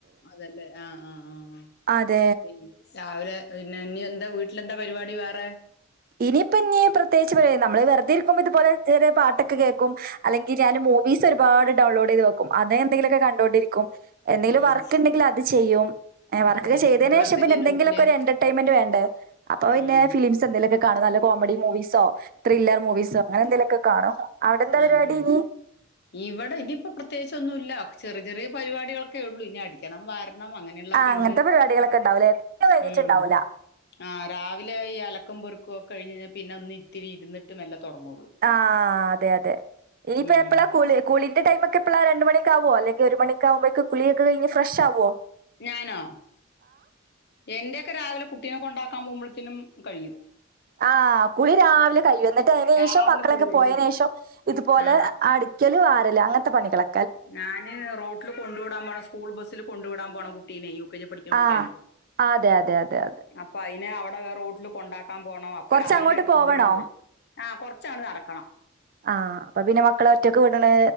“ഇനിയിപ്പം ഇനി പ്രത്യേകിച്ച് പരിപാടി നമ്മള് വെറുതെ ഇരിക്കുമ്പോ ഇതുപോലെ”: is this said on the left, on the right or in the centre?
Right